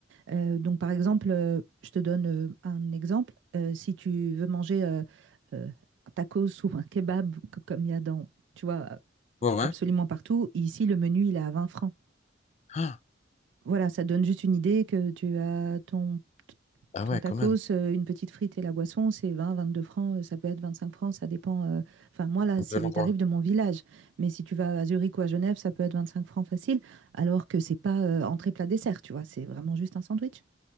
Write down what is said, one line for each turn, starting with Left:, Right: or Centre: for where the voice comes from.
Right: Euh, donc, par exemple, euh, je te donne euh, un exemple. Euh, si tu veux manger euh, euh, un tacos ou un kebab, co- comme il y a dans, tu vois,
Left: Ouais, ouais.
Right: absolument partout, ici, le menu, il est à 20 francs.
Left: <gasps>
Right: Voilà, ça donne juste une idée que tu as ton,
Left: Ah
Right: ton
Left: ouais,
Right: tacos,
Left: quand même.
Right: euh, une petite frite et la boisson, c'est 20, 22 francs, euh, ça peut être 25 francs, ça dépend. euh, Enfin, moi, là,
Left: De
Right: c'est
Left: l'endroit.
Right: les tarifs de mon village. Mais si tu vas à Zurich ou à Genève, ça peut être 25 francs facile, alors que c'est pas euh, entrée plat dessert, tu vois, c'est vraiment juste un sandwich.